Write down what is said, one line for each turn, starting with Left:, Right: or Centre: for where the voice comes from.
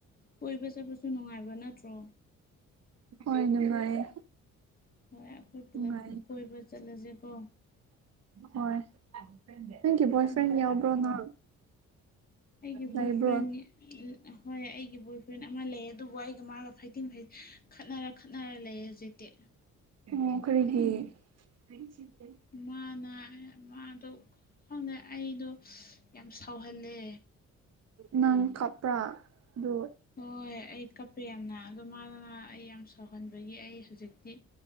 Left: ꯀꯣꯏꯕ ꯆꯠꯄꯁꯨ ꯅꯨꯡꯉꯥꯏꯕ ꯅꯠꯇ꯭ꯔꯣ꯫
Right: ꯍꯣꯏ ꯅꯨꯡꯉꯥꯏꯌꯦ꯫
Left: ꯍꯣꯏ ꯑꯩꯈꯣꯏ ꯄꯨꯂꯞ
Right: ꯅꯨꯡꯉꯥꯏꯌꯦ
Left: ꯀꯣꯏꯕ ꯆꯠꯂꯁꯦꯀꯣ꯫
Right: ꯍꯣꯏ ꯅꯪꯒꯤ ꯕꯣꯏ
Left: ꯎꯝ
Right: ꯐ꯭ꯔꯦꯟ ꯌꯥꯎꯕ꯭ꯔꯣ ꯅꯪ--꯫
Left: ꯑꯩꯒꯤ ꯕꯣꯏ
Right: ꯂꯩꯕ꯭ꯔꯣ
Left: ꯐ꯭ꯔꯦꯟ
Right: ꯑꯣ
Left: ꯍꯣꯏ ꯑꯩꯒꯤ ꯕꯣꯏ ꯐ꯭ꯔꯦꯟ ꯑꯃ ꯂꯩ ꯑꯗꯨꯕꯨ ꯑꯩꯒ ꯃꯥꯒ ꯐꯩꯇꯤꯡ ꯐꯩ--꯫ ꯈꯠꯅꯔ ꯈꯠꯅꯔ ꯂꯩ ꯍꯧꯖꯤꯛꯇꯤ꯫
Right: ꯑꯣ ꯀꯔꯤꯒꯤ ꯍꯥꯏ ꯆꯤꯇꯦ
Left: ꯃꯥꯅ ꯃꯥꯗꯣ ꯈꯪꯗꯦ ꯑꯩꯗꯣ ꯌꯥꯝ ꯁꯥꯎꯍꯜꯂꯦ
Right: ꯅꯪ ꯀꯞꯄ꯭ꯔꯥ ꯑꯗꯨ
Left: ꯍꯣꯏ ꯑꯩ ꯀꯞꯄꯦ ꯌꯥꯝꯅ ꯑꯗꯣ ꯃꯥꯗꫭ ꯅꯍꯥꯟ ꯑꯩ ꯌꯥꯝ ꯁꯥꯎꯍꯟꯕꯒꯤ ꯑꯩ ꯍꯧꯖꯤꯛꯇꯤ